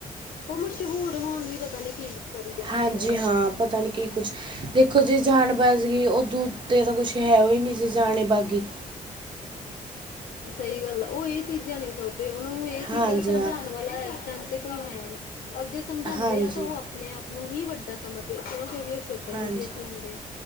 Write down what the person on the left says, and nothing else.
ਉਹ ਮਸ਼ਹੂਰ ਹੋਣ ਲਈ ਪਤਾ ਨੀ ਕੀ ਕਰੀ ਜਾਂਦੇ
ਪਏ ਆ।
ਸਹੀ ਗੱਲ ਆ, ਉਹ ਏਹ ਚੀਜ਼ਾਂ ਨੀ ਸੋਚ ਦੇ ਉਹਨੂੰ ਇਹ
ਚੀਜ਼ਾਂ ਸਮਝਾਣ
ਵਾਲਾ ਇਸ ਟੈਮ ਤੇ ਕੋਈ ਹੈ ਨੀ ਔਰ ਜਿਸ ਸਮਝਾਂਦੇ
ਆ ਤਾਂ ਉਹ ਆਪਣੇ ਆਪ ਨੂੰ ਹੀ ਵੱਡਾ ਸਮਝਦੇ ਕਿਉਂ ਕਿਉਂਕਿ ਉਹ ਸੋਸ਼ਲ ਮੀਡੀਆ
ਚਲਾਂਦੇ ਆ